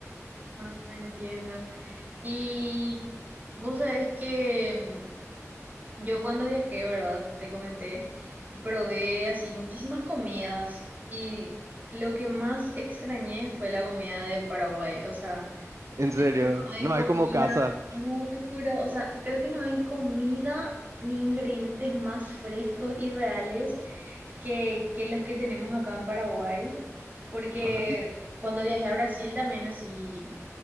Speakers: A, on the right; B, on the right.
A: Ah, entiendo. Y vos sabés que mm, yo cuando viajé, ¿verdad? Te comenté, probé así muchísimas comidas y lo que más extrañé fue la comida de Paraguay, o sea...
B: En serio,
A: que no hay
B: no
A: comida,
B: hay como casa.
A: no te juro, o sea, creo que no hay comida ni ingredientes más frescos y reales que, que los que tenemos acá en Paraguay, porque
B: Ajá, Y,
A: cuando viajé a Brasil también así